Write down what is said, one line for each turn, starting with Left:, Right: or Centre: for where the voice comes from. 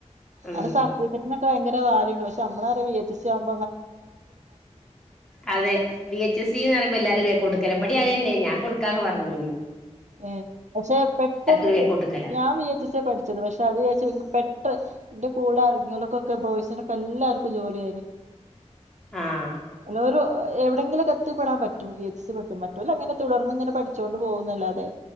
Centre: ഉം
Right: അതിന്റെ സർട്ടിഫിക്കറ്റിനൊക്കെ ഭയങ്ക ര വാല്യൂ ഇണ്ട് പക്ഷേ നമ്മളാരും വി എച്ച് എസി ആവു
Centre: അതെ വി എച്ച് ‌സി ന്ന് പറയുമ്പോ എല്ലാരും ബേക്കോട്ട്ക്കല ഇപടി അതെ ഇല്ലേ ഞാൻ കൊടുക്കാന്ന് പറഞ്ഞീന്
Right: ഏ പക്ഷെ പെട്ടന്ന്
Centre: ഒരു ബേക്കോട്ട്ക്കലാ
Right: ഞാൻ വി എച്ച് എസിയ പഠിച്ചത് പക്ഷെ അത് <unintelligible> പെട്ട ന്റെ കൂടെ അറങ്ങിയോൽക്കൊകെ ബോയ്സിനൊക്കെ എല്ലാർക്കും ജോലിയായീന്
Centre: ആഹ്
Right: എല്ലോരു എവിടെങ്കിലും ഒക്കെ എത്തി പെടാൻ പറ്റും വി എച്ച് സി പഠിച്ച മറ്റോലങ്ങനെ തുടർന്ന് ങ്ങനെ പഠിചോണ്ട് പോകുന്നല്ലാ തെ